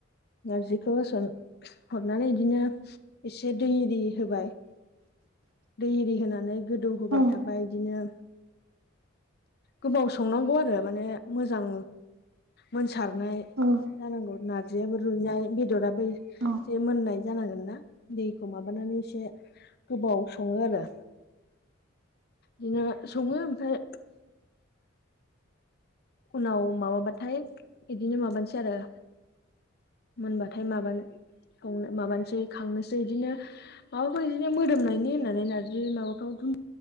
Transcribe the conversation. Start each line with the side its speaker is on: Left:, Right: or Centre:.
Left: नारजिखौ होसन हरनानै इदिनो एसे दै एरि होबाय
Right: <inaudible>
Left: दै एरि होनानै गोदौ होबाय
Right: औ
Left: थाबाय इदिनो गोबाव संनांगौ आरो माने मोजां मोनसारनाय।
Right: औ
Left: जानांगौ नारजियाबो रुइनाय बेदराबो एसे
Right: औ
Left: मोननाय जानांगोन ना। दैखौ माबानानै एसे गोबाव सङो आरो। बिदिनो सङो ओमफाय उनाव माबाबाथाय बिदिनो माबानोसै आरो मोनबाथाय माबा संनो माबानोसै खांनोसै इदिनो माबाफोर बिदिनो मोदोमनायनि होननानै नारजि माबाफ्राव